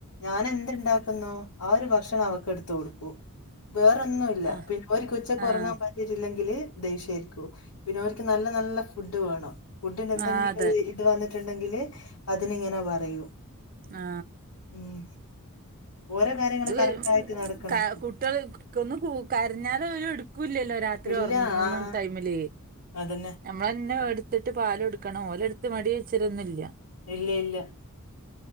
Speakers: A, on the left; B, on the right.
A: ഞാൻ എന്ത്ണ്ടാക്കുന്നോ ആ ഒരു ഭക്ഷണം അവക്ക് എടുത്തു കൊടുക്കു വേറോന്നും ഇല്ല
B: ആഹ്
A: പിന്നെ ഒര്ക്ക്ച്ച കൊറങ്ങാ
B: ആഹ്
A: പറ്റിട്ടില്ലെങ്കില് ദേശ്യരിക്കൂ പിന്നെ ഒരിക്ക് നല്ല നല്ല ഫുഡ് വേണം ഫുഡിന്റെ എന്തെങ്കിലും
B: ആഹ് അതെ
A: ഒരു ഇത് വന്നിട്ടിണ്ടങ്കില് അതിനിങ്ങനെ പറയും
B: ആ
A: ഉം ഓരോ കാര്യങ്ങള്
B: ഇത്
A: കറക്റ്റ് ആയിട്ട് നടക്കണം
B: കാ കുട്ടിയോള് കൊന്ന് കൂ കരഞ്ഞാല്ടുക്കൂല്ലല്ലോ രാത്രി
A: ഇല്ല
B: ഒറങ്ങമ്മടൈമില്
A: ആഹ് അതന്നെ.
B: നമ്മളെന്നെ എടുത്തിട്ട് പാല് കൊടുക്കണം ഓര് എടുത്ത് മടി വെച്ചിരൊന്നു ഇല്ല
A: ഇല്ല ഇല്ല